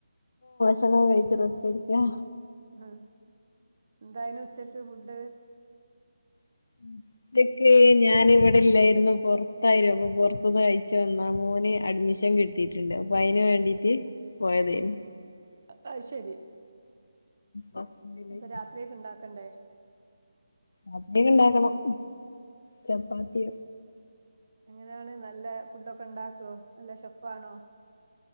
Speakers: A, on the left (about 65°); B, on the right (about 55°).
A: കെയിച്ച് റസ്റ്റെട്ക്ക അ.
B: ആ എന്തായിനു ച്ചക്ക് ഫുഡ്?
A: <unintelligible> ഞാനിവിടെ ഇല്ലായിരുന്നു പൊറത്തായിരുന്നു. പൊറത്ത്ന്ന് കഴിച്ചു വന്നാ മോ മൊന് അഡ്മിഷൻ കിട്ടീട്ട്ണ്ട് അപ്പൊ അയിന് വേണ്ടീട്ട് പോയതേനി.
B: അ അഉ ശെരി
A: ഹോസ്പിറ്റലിലേക്ക്
B: പ്പൊ രാത്രിയില് ണ്ടാ ക്കണ്ടേ?
A: അ <unintelligible> ണ്ടാക്കണം ചപ്പാത്തി
B: എങ്ങനാണ് നല്ല ഫുഡൊക്കെ ണ്ടാക്കോ? നല്ല ഷെഫാണോ?